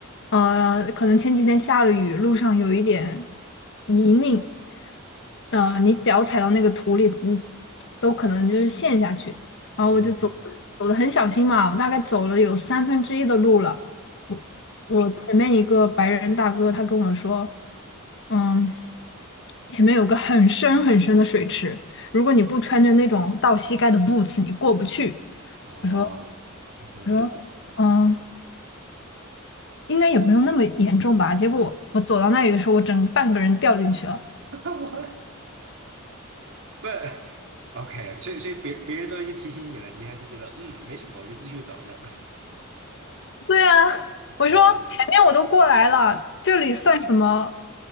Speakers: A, on the left; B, on the right.
A: 呃，可能前几天下了雨，路上有一点泥泞，呃，你脚踩到那个土里，你都可能就是陷下去。然后我就走
B: 啊
A: 走的很小心嘛，我大概走了有三分之一的路了。我前面一个白人大哥他跟我说，嗯，前面有个很深很深的水池，如果你不穿着那种到膝盖的 boots，你过不去。
B: 哦嗯，
A: 我说我说嗯，应该也不用那么严重吧。结果我走到那里的时候，我整个半个人掉进去了，
B: <laughs> 我不 OK，所以所以别别人都已经提醒你了，你还是觉得嗯没什么，我就继续找这样。
A: 对呀，我说前面我都过来了，
B: 嗯，
A: 这里算什么